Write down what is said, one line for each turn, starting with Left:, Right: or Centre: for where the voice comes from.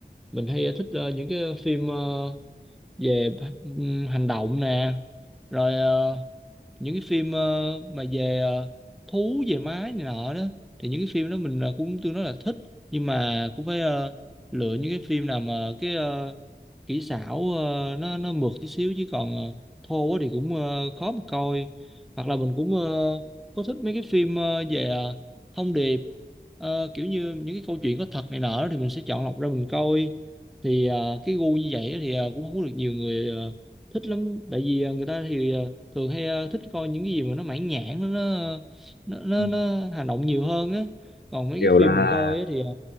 Centre: mình hay ờ, thích ờ, những cái phim ờ, về ừm, hành động nè rồi ờ, những cái phim ờ, mà về ờ, thú về máy này nọ đó thì những cái phim đó mình ờ, cũng tương đối là thích nhưng mà cũng phải ờ, lựa những cái phim nào mà cái ờ, kỹ xảo ờ, nó nó mượt tí xíu chứ còn ờ, thô quá thì cũng ờ, khó mà coi hoặc là mình cũng ờ, có thích mấy cái phim ờ, về ờ, thông điệp Ờ, kiểu như những cái câu chuyện có thật này nọ đó, thì mình sẽ chọn lọc ra mình coi thì ờ, cái gu như vậy thì ờ, cũng không có được nhiều người ờ, thích lắm tại vì ờ, người ta thì ờ, thường hay ờ, thích coi những cái gì mà nó mãn nhãn nó nó nó, nó,
Left: Ừ.
Centre: nó hành động nhiều hơn á còn mấy
Left: kiểu
Centre: cái
Left: là
Centre: phim mình coi á thì ờ,